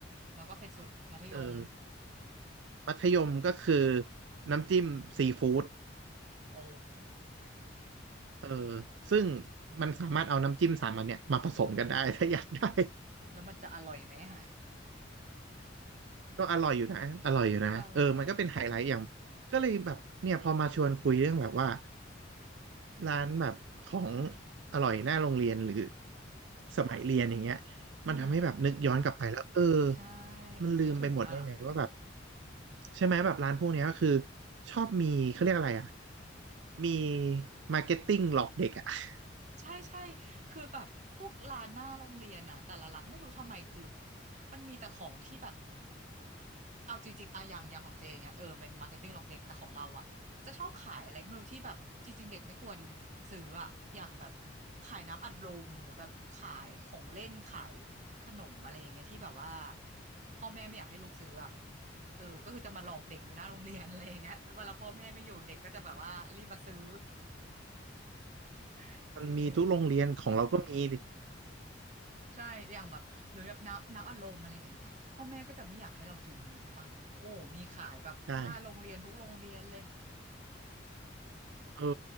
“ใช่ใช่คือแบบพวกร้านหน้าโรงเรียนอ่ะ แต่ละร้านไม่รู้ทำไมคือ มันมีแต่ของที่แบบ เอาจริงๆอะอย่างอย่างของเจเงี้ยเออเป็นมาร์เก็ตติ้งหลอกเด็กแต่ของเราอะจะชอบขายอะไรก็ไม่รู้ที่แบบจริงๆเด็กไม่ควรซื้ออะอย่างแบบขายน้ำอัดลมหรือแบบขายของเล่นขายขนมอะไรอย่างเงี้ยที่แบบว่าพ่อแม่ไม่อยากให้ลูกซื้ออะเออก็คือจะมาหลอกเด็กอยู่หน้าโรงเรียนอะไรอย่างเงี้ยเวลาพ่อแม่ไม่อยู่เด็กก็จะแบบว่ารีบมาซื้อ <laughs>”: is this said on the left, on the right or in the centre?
Right